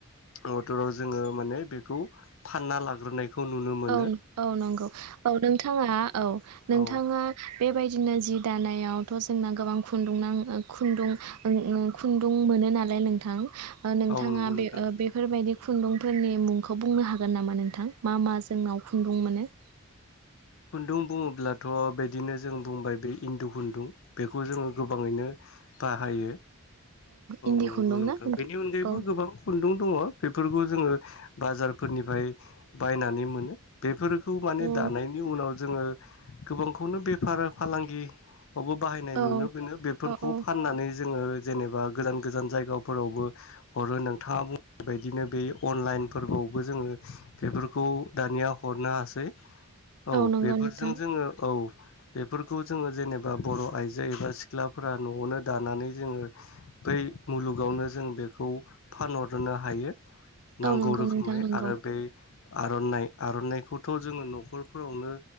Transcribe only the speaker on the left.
मटराव जोङो माने बेखौ फानना लाग्रोनायखौ नुनो मोनो।
औ
औ नंगौ नोंथां
खुन्दुं बुङोब्लाथ बिदिनो जों बुंबाय बे इन्दु खुन्दुं बेखौ जोङो गोबाङैनो बाहायो औ
नंगौ
नोंथां
बेनि अनगायैबो
गोबां खुन्दुं दङ बेफोरखौ जोङो बाजारफोरनिफ्राय बायनानै मोनो बेफोरखौ माने
दानाय जोङो गोबांखौनो बेफार फालांगि वबो बाहायनाय
नुनो मोनो बेफोरखौ
फाननानै जोङो जेनेबा गोजान गोजान जायगाफोरावबो हरो नोंथाङा बुंनाय बायदिनो बे अनलाइन फोरबो बो जोङो बेफोरखौ दानिया हरनो हासै औ
बेफोरजों
जोङो औ बेफोरखौ जोङो जेनेबा बर आइजो एबा सिख्लाफोरा न'आवनो दानानै जोङो बै मुलुगावनो जों बेखौ फानहरनो हायो
नांगौ
रोखोमै
आरो बे आरनाइ आरनाइखौथ जोङो नखरफोरावनो